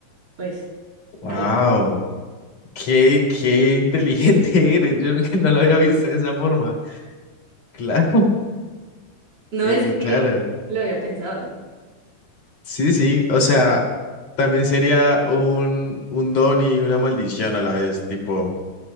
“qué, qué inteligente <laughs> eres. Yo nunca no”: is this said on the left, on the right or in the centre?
Left